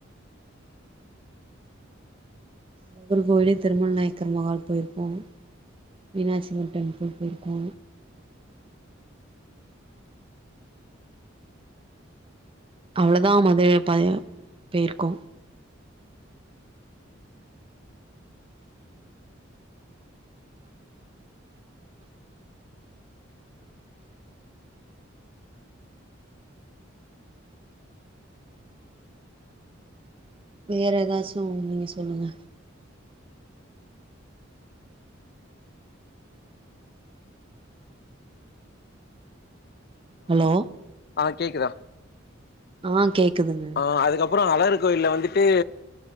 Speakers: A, on the right; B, on the left.
A: அழகர் கோவிலு திருமண நாயக்கர் மஹால் போயிருப்போ மீனாட்சி அம்மன் டெம்பிள் போய்ருக்கோ அவ்ளதா மதுரைல ப போய்ருக்கோ வேற ஏதாச்சு நீங்க சொல்லுங்க ஹலோ
B: ஆ கேக்குதா
A: ஆ கேக்குதுங்க
B: அ அதுக்கப்றோ அழகர் கோயில்ல வந்துட்டு